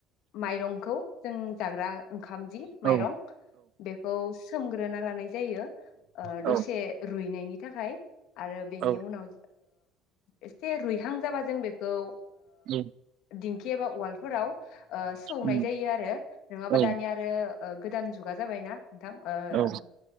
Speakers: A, on the left; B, on the right.
A: माइरंखौ जों जाग्रा ओंखाम जि
B: औ
A: माइरं बेखौ सोमग्रोना लानाय जायो
B: औ
A: दसे रुइनायनि थाखाय आरो बेनि
B: औ
A: उनाव एसे रुइहां जाबा जों बेखौ
B: उम
A: दिं खियाबा उवालफोराव ओ सौनाय
B: उम
A: जायो आरो नङाबा
B: औ
A: दानिया आरो गोदान जुगा जाबायना नोंथां
B: औ